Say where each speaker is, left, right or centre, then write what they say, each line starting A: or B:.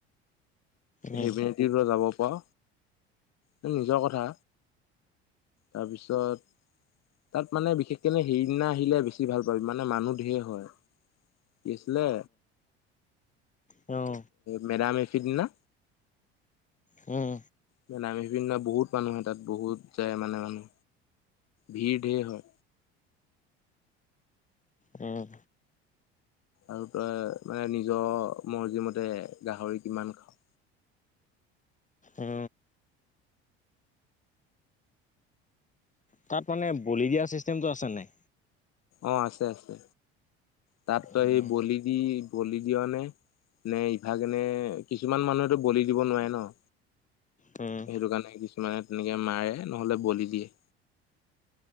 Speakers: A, on the left (about 25°); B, on the left (about 55°).
A: উম
B: সেই যাব পাৰ তোৰ নিজৰ কথা। তাৰপিছত? তাত মানে বিশেষকে হেৰিদিনা আহিলে বেছি ভাল পাবি মানে মানুহ ধেৰ হয়। কি আছিলে?
A: অঁ।
B: মেডাম-মেফি দিনা।
A: উম।
B: মেডাম-মেফি দিনা বহুত মানুহ হয়, তাত বহুত যায় মানে মানুহ। ভিৰ ধেৰ হয়।
A: অঁ।
B: আৰু তই মানে নিজৰ মৰ্জিমতে গাহৰি কিমান খাৱ।
A: অঁ। তাত মানে বলি দিয়া চিষ্টেমটো আছেনে নাই?
B: অ' আছে, আছে। তাত তই
A: উম
B: সেই বলি দি, বলি দিয় নে? নে ইভাগলে, কিছুমান মানুহেতো বলি দিব নোৱাৰে ন?
A: উম
B: সেইটো কাৰণে কিছুমানে তেনেকে মাৰে, নহ'লে বলি দিয়ে।